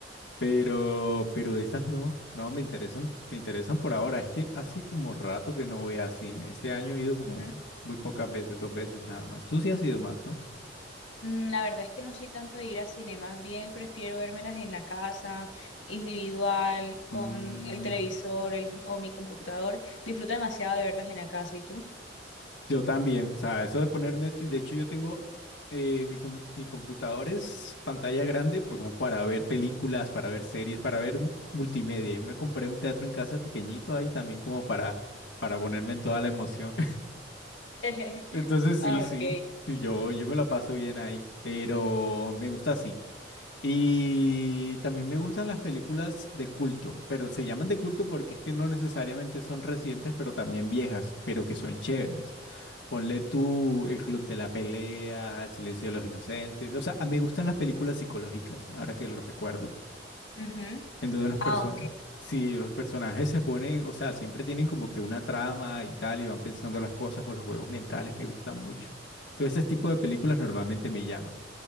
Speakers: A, on the left (about 65°); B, on the left (about 85°).
A: pero, pero de estas no, no me interesan, me interesan por ahora. Es que hace como rato que no voy a cine. Este año he ido como
B: Ujú.
A: muy pocas veces, dos veces nada más. Tú sí has ido más, ¿no?
B: Mm, La verdad es que no soy tanto de ir a cine, más bien prefiero vérmelas en la casa, individual, con
A: Mm,
B: el televisor el- o mi computador. Disfruto demasiado de verlas en la casa. ¿Y tú?
A: yo también. O sea, eso de poner Netflix, de hecho yo tengo eh, mi, com- mi computador es pantalla grande, pues como para ver películas, para ver series, para ver m- multimedia. Yo me compré un teatro en casa pequeñito ahí también como para, para ponerme en toda la emoción.
B: <laughs>
A: Entonces sí,
B: Ah,
A: sí,
B: ok.
A: yo, yo me la paso bien ahí, pero me gusta así. Y también me gustan las películas de culto, pero se llaman de culto porque es que no necesariamente son recientes, pero también viejas, pero que son chéveres. Ponle tú El Club de la Pelea, El Silencio de los Inocentes, o sea, me gustan las películas psicológicas, ahora que lo recuerdo.
B: Ujú.
A: Entonces los personajes,
B: Ah, ok.
A: si los personajes se ponen, o sea, siempre tienen como que una trama y tal, y van pensando las cosas o los juegos mentales me gustan mucho. Entonces ese tipo de películas normalmente me llaman.